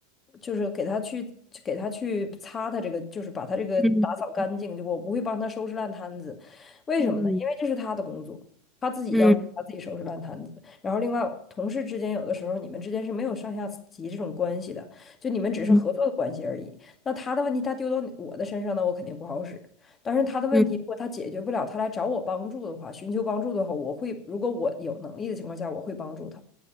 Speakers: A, on the left; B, in the centre.
A: 就是给他去给他去擦他这个，就是把他这个打扫干净，
B: 嗯
A: 就我不会帮他收拾烂摊子。为什么呢？
B: 嗯。
A: 因为这是他的工作，他自己要他自己收拾烂摊子。
B: 嗯
A: 然后另外，同事之间有的时候你们之间是没有上下级这种关系的。就你们只是合作的关系而已。
B: 嗯
A: 那他的问题他丢到我的身上，那我肯定不好使。但是他的问题如果他解决不了，
B: 嗯。
A: 他来找我帮助的话，寻求帮助的话，我会，如果我有能力的情况下，我会帮助他。